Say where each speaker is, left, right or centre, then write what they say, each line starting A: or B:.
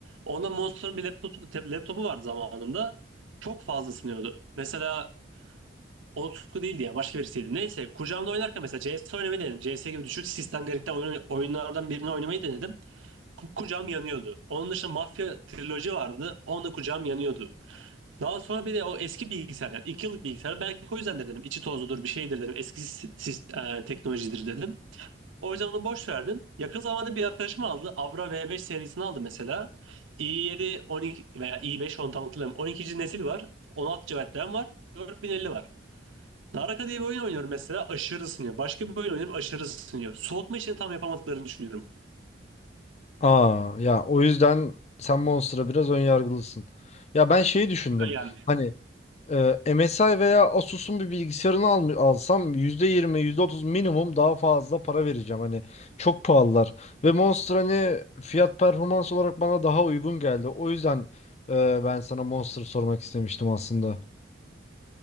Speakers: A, on the right (about 85°); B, on the left (about 35°).
A: Onda Monster'ın bir laptopu, te- laptopu vardı zamanında. Çok fazla ısınıyordu. Mesela o Utku değildi ya başka birisiydi. Neyse kucağımda oynarken mesela CS oynamayı denedim. CS gibi düşük sistem gerektiren oyun- oyunlardan birini oynamayı denedim. Ku- Kucağım yanıyordu. Onun dışında Mafya Trilogy vardı. Onda kucağım yanıyordu. Daha sonra bir de o eski bilgisayar yani 2 yıllık bilgisayar belki o yüzden de dedim içi tozludur bir şeydir dedim eski sis- sis- e, teknolojidir dedim. O yüzden onu boş verdim. Yakın zamanda bir arkadaşım aldı. Avra V5 serisini aldı mesela. i7 12 veya i5 onu tam hatırlamıyorum. 12. nesil var. 16 GB RAM var. 4050 var. Naraka diye bir oyun oynuyorum mesela. Aşırı ısınıyor. Başka bir oyun oynuyorum. Aşırı ısınıyor. Soğutma işini tam yapamadıklarını düşünüyorum.
B: Aa ya o yüzden sen Monster'a biraz ön yargılısın. Ya ben şeyi düşündüm.
A: Süper Yani
B: Hani e, MSI veya Asus'un bir bilgisayarını al, alsam %20 %30 minimum daha fazla para vereceğim. Hani çok pahalılar. Ve Monster hani fiyat performans olarak bana daha uygun geldi. O yüzden e, ben sana Monster sormak istemiştim aslında.